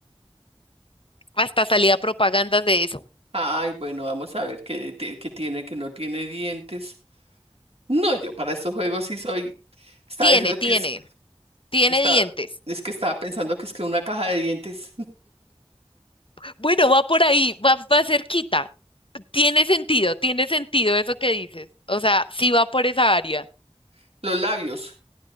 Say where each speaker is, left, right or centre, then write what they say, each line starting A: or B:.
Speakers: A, on the left; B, on the right.
A: Hasta salía propagandas de eso.
B: Ay, bueno, vamos a ver qué, ti- qué tiene, que no tiene dientes. No, yo para estos juegos sí soy, estaba
A: Tiene,
B: diciendo
A: tiene,
B: que es,
A: tiene
B: está,
A: dientes.
B: es que estaba pensando que es que una caja de dientes,
A: Bueno, va por ahí, va, va cerquita. Tiene sentido, tiene sentido eso que dices. O sea, sí va por esa área.
B: <laughs> los labios,